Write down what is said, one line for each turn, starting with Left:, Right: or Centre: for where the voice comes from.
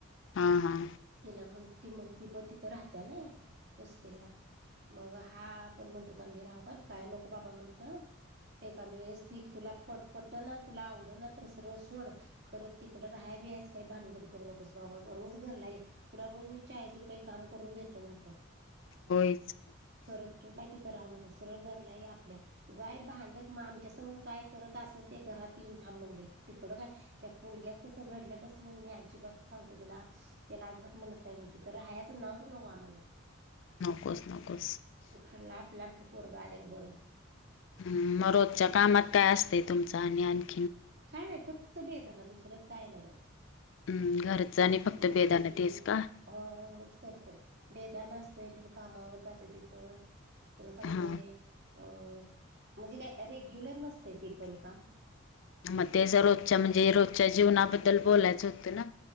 Left: हा हा
Right: तिला म्हण त म्हण ती पण तिथं राहत्या ना. होस्टेलला मग हा पण म्हणतो तम्ही राह काय काय नको बाबा म्हटलं. एखाद्या वेळेस ती तुला पट पट ना तुला आवड ना तस सरळ सोड खरं तिकडं राहा बीस काही भानगड करू नकोस बाबा रोज घरला आहे तुला रोज मी चाळीस रुपये काम करून देतो म्हंटलं
Left: होयच.
Right: खरं तू काय तित राहू नको सरळ घरला ये आपल्या. गय भांडत मग आमच्या संघ काय करत असेल ते घरात येऊन थांबणलं तिकडं काय त्या पुलग्यास तसं घडल्यापासून मी अजिबात सांगतो तुला त्याला अजिबात म्हणत नाइ मी तर हहायाचं नावच नको आम्हाला
Left: नकोस नकोस.
Right: घरला आपला आपला पोरगा आलेलं बरं.
Left: हम्म रोजच्या कामात काय असतंय तुमच आणि आणि?
Right: काय नाही फक्त बेदा ना दुसरं काय नाही.
Left: हम्म घरच आणि फक्त
Right: मोठी
Left: बेदाना तेच का.
Right: हो एवडच करतोय बेदान असतय तित कामावर जातय तिथ. तुला सांगते
Left: हा
Right: अं, म्हणजे काय रेग्युलर नसतय ते पण काम
Left: म ते जे रोजच्या म्हणजे रोजच्या जीवनाबद्दल बोलायचं होतं ना.